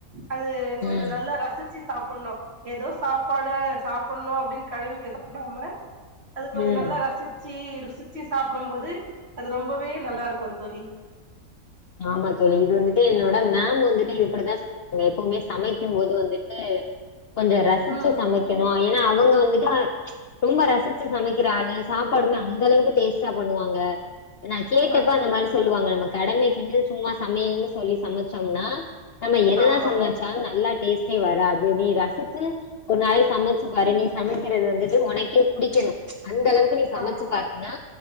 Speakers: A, on the right (about 45°); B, on the left (about 60°).
A: அது கொஞ்ச
B: ம்
A: நல்லா ரசி ச்சு சாப்பட்ணு எதோ சாப்பாடு சாப்பட்ணு அப்டின்னு கடமைக்கி சாப்டாம அது கொஞ்ச
B: ம்
A: நல்லா ரசிச்சி ருசிச்சி சாப்புடும்போது அது ரொம்பவே நல்லா இருக்கு தோழி
B: ஆமா தோழி இது வந்துட்டு என்னோட மேம் வந்துட்டு இப்பிடிதா நீங்க எப்பவுமே சமைக்கும் போது வந்துட்டு கொஞ்ச ரசிச்சு
A: ம்
B: சமைக்கணு ஏ ன்னா அவங்க வந்துட்டு ஆ ரொம்ப ரசிச்சு சமைக்கிற ஆளு சாப்பாடுனா அந்த அளவுக்கு டேஸ்ட் டா பண்ணுவாங்க நா
A: சூப்பர்
B: கேட்டப்ப அந்த மாரி சொல் லுவாங்க நம்ம கடமைக் கின்னு சும்மா சமையல்னு சொல்லி சமைச்சோம்னா நம்ம என்னதா
A: ஆமா
B: சமைச்சாலு நல்லா டேஸ்ட்டே வராது நீ ரசிச்சு ஒரு நாளைக்கி சமைச்சு பாரு நீ சமைக்கிறது வந்துட்டு உனக்கே புடிக்கணு அந்த அளவுக்கு நீ சமைச்சு
A: ஆமா
B: பாத்தீன்னா